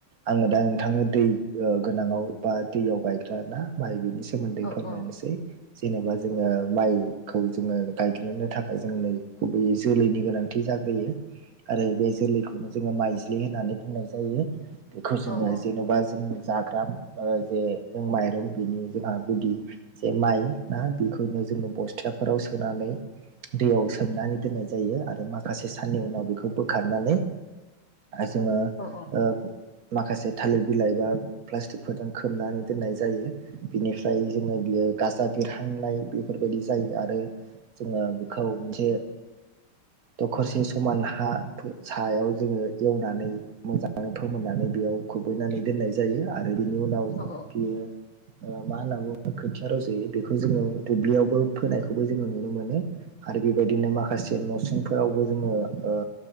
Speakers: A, on the right; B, on the left.
A: आङो दा नोंथांनो दै ओ गोनाङाव बा दैयाव गायग्राना माइ बिनि सोमोन्दै
B: औ
A: फोरमायनोसै।
B: औ
A: जेनेबा जोङो माइखौ जोङो गायग्रोनो थाखाय जोंनो गुबैयै जोलैनि गोनां थि जाग्रोयो आरो बे जोलैखौनो जोङो माइज्लि होननानै बुंनाय जायो। बेखौ जोङो
B: औ औ
A: जेन'बा जों जाग्रा ओ जे जों माइरं बिनि जोहा गुदि जे माइ ना बेखौनो जोङो बस्थाफोराव सोनानै दैयाव सोमनानै दोननाय जायो आरो माखासे साननि उनाव बेखौ बोखारनानै जोङो
B: औ
A: ओ माखासे थालिर बिलाइ बा प्लास्टिकफोरजों खोबनानै दोननाय जायो। बिनिफ्राय जोङो बियो गाजा बेरहांनाय बेफोरबायदि जायो आरो जोङो बेखौ मोनसे दखरसे समान हा सायाव जोङो एवनानै मोजाङै फोमोननानै बेयाव खुबैनानै दोननाय जायो। आरो बिनि उनाव
B: औ
A: बियो मा होनना बुङो खोथिया रज'यो बेखौ जोङो दुब्लियावबो फोनायखौबो जोङो नुनो मोनो। आरो बेबायदिनो माखासे न'सिंफोरावबो जोङो ओ